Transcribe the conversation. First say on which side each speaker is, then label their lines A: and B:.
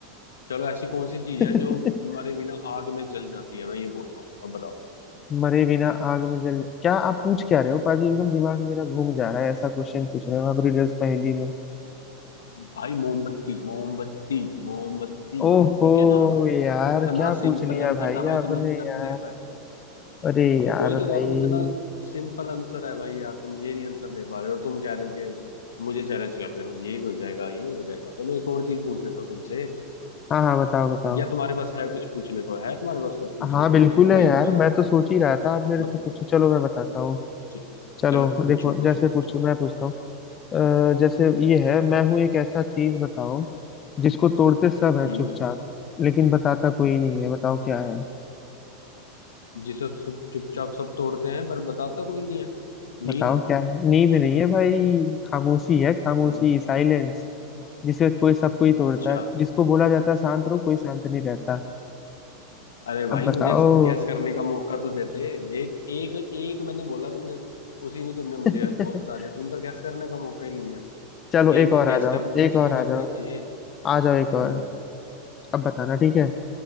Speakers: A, on the left; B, on the left.
A: चलो ऐसी कौन सी चीज
B: <laughs>
A: है जो मरे बिना आग में जल जाती है मैं ये बोलता हूँ अब बताओ
B: मरे बिना आग में जल क्या आप पूछ क्या रहे हो पाजी एकदम दिमाग मेरा घूम जा रहा है ऐसा क्वेश्चन पूछ रहे हो आप रिडल्स पहेली में
A: भाई मोमबत्ती मोमबत्ती मोमबत्ती
B: ओहो
A: ठीक है ना
B: यार
A: इतना
B: क्या
A: सिंपल
B: पूछ लिया
A: आंसर
B: भाई
A: था भाई
B: आपने
A: तुम आंसर
B: यार
A: नहीं दे पाए
B: अरे यार
A: वही तो
B: भाई
A: कह रहा हूँ इतना सिंपल आंसर है भाई यार तुम ये नहीं आंसर दे पा रहे हो, और तुम कह रहे हो कि मुझे चैलेंज कर रहे हो ये हो जाएगा ये हो जाएगा चलो एक और चीज पूछ लेता हूँ तुमसे
B: हाँ हाँ बताओ बताओ
A: या तुम्हारे पास है कुछ पूछने को है तुम्हारे पास कुछ पूछने
B: हाँ
A: को
B: बिल्कुल
A: चलो मैं
B: है यार
A: ही पूछता
B: मैं
A: हूँ पहले
B: तो सोच ही रहा था आप मेरे
A: ब-
B: से पूछो चलो मैं बताता हूँ
A: च-
B: चलो
A: चलो पूछो
B: देखो
A: पूछो
B: जैसे
A: पूछो
B: पूछो मैं पूछता हूँ अ, जैसे ये है मैं हूँ एक ऐसा चीज बताओ जिसको तोड़ते सब है
A: हम्म
B: चुपचाप लेकिन बताता कोई नहीं है बताओ क्या है
A: जिसे सब चुपचाप सब तोड़ते हैं पर बताता कोई नहीं है नींद
B: बताओ क्या है नींद नहीं है भाई खामोशी है खामोशी
A: हम्म
B: साइलेंस जिसे कोई सब कोई तोड़ता
A: अच्छा
B: है जिसको बोला जाता है शांत रहो कोई शांत नहीं रहता
A: अरे भाई
B: अब बताओ
A: मुझे गेस करने का मौका तो देते एक एक एक मैंने बोला तुमने उसी में तुमने मुझे
B: <laughs>
A: वो बता दिया तुमने तो गैस करने का मौका ही नहीं दिया
B: चलो
A: गेम
B: एक और
A: गैस
B: आ जाओ
A: कर
B: एक
A: गैस
B: और
A: तो
B: आ
A: करना
B: जाओ
A: ही चाहिए
B: आ जाओ एक और
A: हाँ जी
B: अब बताना ठीक है